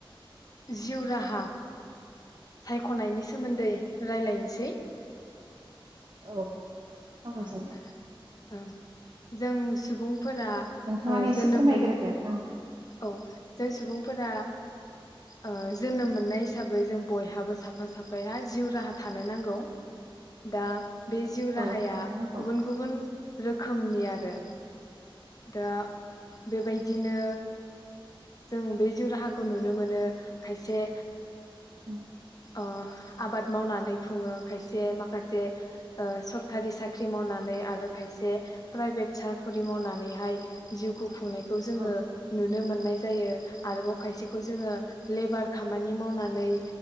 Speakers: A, on the left (about 40°); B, on the right (about 55°).
A: जिउ राहा सायखनायनि सोमोन्दै रायलायनोसै
B: औ सावरायजायो
A: ओ ओं जों सुबुंफोरा
B: थाङानो
A: ओ
B: एसे
A: जोनोम
B: फोरमायग्रोदो,
A: मोन
B: ओं
A: औ जों सुबुंफोरा आ ओ जोनोम मोननाय हिसाबै जों बयहाबो साफा साफाया जिउ राहा थानो नांगौ दा बे जिउ राहाया
B: औ थानो नांगौ
A: गुबुन गुबुन रोखोमनि आरो, दा बेबायदिनो जों बे जिउ राहा खौ नुनो मोनो, खायसे
B: उम
A: ओ आबाद मावनानै खुङो, खायसे माखासे ओ सखारि साख्रि मावनानै आ ओ खायसे प्राइभेट साख'रि मावनानैहाय जिउखौ खुंनायखौ जोङो
B: औ
A: मोन्नाय जायो। आरोबाव खायसेखौ जोङो लेबार खामानि मावनानै